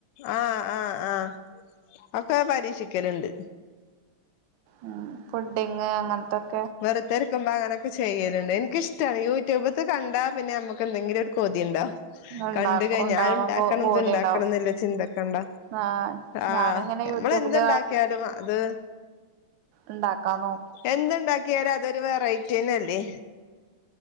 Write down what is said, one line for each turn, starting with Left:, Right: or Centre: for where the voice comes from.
Left: ആ ആ ആ ഒക്കെ പരീക്ഷിക്കലുണ്ട്
Right: ഉ പുഡിങ് അങ്ങനത്തെ
Left: വെറുതെരിക്കുമ്പ അങ്ങനൊക്കെ ചെയ്യലുണ്ട് എനിക്കിഷ് ടാണ് യൂട്യൂബ് കണ്ടാ പിന്നെ നമുക്ക് എന്തെങ്കിലും ഒരു കൊതിയ്ണ്ടോ
Right: ഉണ്ടാക്കും
Left: കണ്ട് കഴിഞ്ഞാ
Right: ഉണ്ടാവാൻ
Left: ആരു ഇണ്ടാക്കണം
Right: പോ പൂതിയുണ്ടാവും
Left: തുണ്ടാക്കണംന്നല്ലോ ചിന്തക്കണ്ട
Right: ആഹ്
Left: ആ
Right: ഞാനിങ്ങനെ യൂട്യൂബില്
Left: മ്മള എന്ത്ണ്ടാക്കിയാലും അത്
Right: ഉണ്ടാക്കാന്നോ
Left: എന്തുണ്ടാക്കിയാലും അതൊരു വെറൈറ്റിന്നല്ലേ